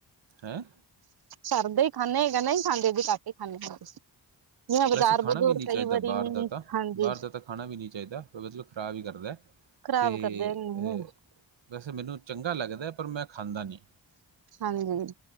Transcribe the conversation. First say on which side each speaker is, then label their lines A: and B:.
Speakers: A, on the right; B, on the right.
A: ਹੈਂ।
B: ਘਰਦੇ ਹੀ ਖਾਂਦੇ ਹੈਗਾ, ਨਹੀਂ ਖਾਂਦੇ ਅ, ਘੱਟ ਹੀ ਖਾਂਨੇ ਹਾਂ। ਜਿਵੇਂ ਬਾਜ਼ਾਰ-
A: ਵੈਸੇ ਖਾਣਾ
B: ਬੂਜ਼ੁਰ
A: ਵੀ ਨਹੀਂ ਚਾਹੀਦਾ
B: ਕਈ ਵਾਰੀ,
A: ਬਾਹਰ ਦਾ ਤਾਂ-
B: ਹਾਂਜੀ
A: ਬਾਹਰ ਦਾ ਤਾਂ ਖਾਣਾ ਵੀ ਨਹੀਂ ਚਾਹੀਦਾ ਮਤਲਬ ਖ਼ਰਾਬ ਹੀ ਕਰਦਾ।
B: ਖ਼ਰਾਬ
A: ਅਤੇ
B: ਕਰਦੇ ਮੂੰਹ
A: ਵੈਸੇ ਮੈਨੂੰ ਚੰਗਾ ਲੱਗਦਾ, ਪਰ ਮੈਂ ਖਾਂਦਾ ਨਹੀਂ।
B: ਹਾਂਜੀ।